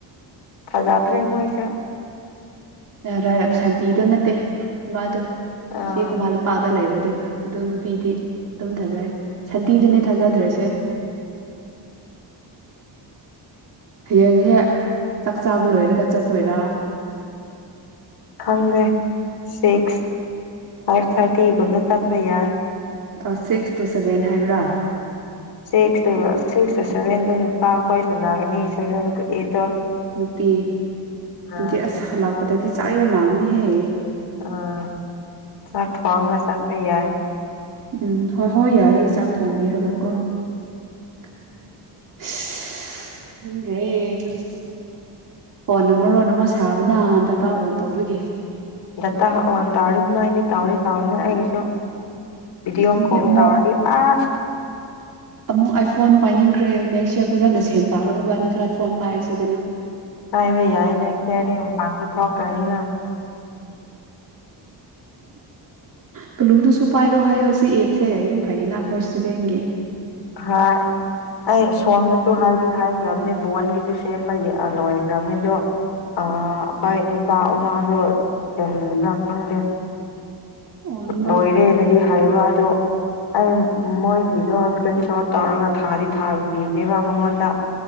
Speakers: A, on the left; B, on the right.
A: ꯐꯖꯗ꯭ꯔꯦ ꯃꯣꯏꯁꯨꯦ
B: ꯅ ꯔ ꯁꯥꯟꯇꯤꯗꯣ ꯅꯠꯇꯦ ꯃꯥꯗꯣ
A: ꯑꯥ
B: ꯁꯤ ꯈꯨꯨꯃꯥ ꯂꯝꯄꯥꯥꯗ ꯂꯩꯕ ꯗꯨ ꯑꯗꯨ ꯅꯨꯄꯤꯗꯤ ꯗꯨꯝ ꯊꯥꯖꯩ ꯁꯟꯇꯤꯗꯨꯅꯦ
A: ꯎꯝ
B: ꯊꯥꯖꯗ꯭ꯔꯦꯁꯦ ꯍꯌꯦꯡ ꯍꯦ ꯆꯥꯛ ꯆꯥꯕ ꯂꯣꯏꯔꯒ ꯆꯠꯇꯣꯏꯔꯥ
A: ꯈꯪꯗꯦ ꯁꯤꯛꯁ ꯐꯥꯏꯚ ꯊꯥꯔꯇꯤꯒꯨꯝꯕꯗ ꯆꯠꯄ ꯌꯥꯏ
B: ꯑ ꯁꯤꯛꯁ ꯇꯨ ꯁꯦꯚꯦꯟ ꯍꯥꯏꯕ꯭ꯔꯥ
A: ꯁꯤꯛꯁ ꯇꯨ ꯁꯤꯛꯁ ꯗꯨ ꯚꯦꯟꯗ ꯅꯨꯄꯥ ꯈꯣꯏ ꯁꯅꯥꯒꯅꯤ ꯁꯚꯦꯟ ꯇꯨ ꯑꯩꯠ
B: ꯅꯨꯄꯤ
A: ꯑꯥ
B: ꯗꯨꯗꯤ ꯑꯁ ꯂꯥꯛꯄꯗꯗꯤ ꯆꯥꯛ ꯌꯥꯝ ꯂꯥꯡꯒꯅꯤꯍꯦ
A: ꯑꯥ ꯆꯥꯛ ꯊꯣꯡꯉꯒ ꯆꯠꯄ ꯌꯥꯏ
B: ꯎꯝ ꯍꯣꯏ ꯍꯣꯏ ꯌꯥꯏꯌꯦ ꯆꯥꯛ ꯊꯣꯡꯕꯤꯔꯒꯀꯣ ꯑꯁ ꯈꯪꯗ꯭ꯔꯦ ꯈꯪꯗꯦ ꯐꯣꯟꯅ ꯃꯔꯣꯟ ꯑꯃ ꯁꯥꯕꯅ ꯗꯥꯇꯥ ꯑꯣꯟ ꯇꯧꯕꯒꯤ
A: ꯗꯇꯥ ꯑꯣꯟ <unintelligible> ꯇꯥꯎꯑꯣꯅꯦ ꯑꯩꯒꯤꯁꯨ ꯚꯤꯗꯤꯑꯣ
B: ꯑꯩꯗꯤ
A: ꯀꯣꯜ
B: ꯑꯃꯨꯛ
A: ꯇꯧꯔꯗꯤ ꯑꯁ
B: ꯑꯃꯨꯛ ꯑꯥꯏꯐꯣꯟ ꯄꯥꯏꯅꯤꯡꯈ꯭ꯔꯦ ꯅꯦꯛꯁ ꯌꯔ ꯐꯖꯅ ꯁꯦꯟ ꯇꯥꯛꯒꯗꯕ ꯑꯅꯤꯁꯨ ꯑꯥꯏꯐꯣꯟ ꯄꯥꯏꯔꯤꯁꯤꯗꯅ
A: ꯄꯥꯏꯕ ꯌꯥꯏꯅꯦ ꯅꯦꯛ꯭ꯁ ꯌꯥꯔꯗꯤ ꯃꯄꯥꯟꯁꯨ ꯊꯣꯛ ꯀꯅꯤꯅ
B: ꯀꯜꯂꯨꯕꯗꯨꯁꯨ ꯄꯥꯏꯔꯣ ꯍꯥꯏꯌꯣ ꯁꯤ ꯑꯦꯞꯁꯦ ꯌꯥꯝ ꯐꯩꯌꯦꯅ ꯑꯩꯈꯣꯏ ꯏꯁꯇꯨꯗꯦꯟꯒꯤ
A: ꯍꯣꯏ ꯑꯩ ꯁꯣꯡꯗꯁꯨ ꯍꯥꯏꯗꯤ ꯍꯥꯏꯈ꯭ꯔꯕꯅꯦ ꯕꯣꯟꯒꯤꯁꯨ ꯁꯦꯝꯕ ꯂꯣꯏꯈ꯭ꯔꯕꯅꯦ ꯑꯗꯣ ꯑꯩꯈꯣꯏ ꯅꯨꯄꯥ ꯑꯃꯗꯣ ꯆꯦꯟꯕꯤꯕ꯭꯭ꯔꯥ ꯈꯪꯗꯦ
B: ꯑꯣ ꯅꯝꯕꯔ
A: ꯂꯣꯏꯔꯦꯅꯗꯤ ꯍꯥꯏꯕ ꯑꯗꯣ ꯑꯩ ꯃꯣꯏꯒꯤꯗꯣ ꯏꯁꯀ꯭ꯔꯤꯟ ꯁꯣꯠ ꯇꯧꯔꯒ ꯊꯥꯗꯤ ꯊꯥꯕ ꯄꯤꯕꯅꯦꯕ ꯃꯉꯣꯟꯗ